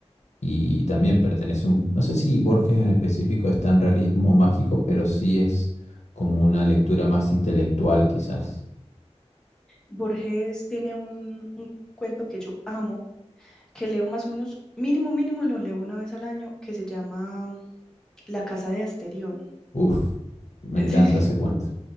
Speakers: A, on the left; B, in the centre.
A: y también pertenece un... No sé si Borges en específico es tan realismo mágico, pero sí es como una lectura más intelectual quizás.
B: Borges tiene un, un cuento que yo amo, que leo más o menos, mínimo, mínimo, lo leo una vez al año, que se llama La Casa de Asterión.
A: Uf, me
B: <laughs>
A: encanta
B: Sí,
A: ese cuento.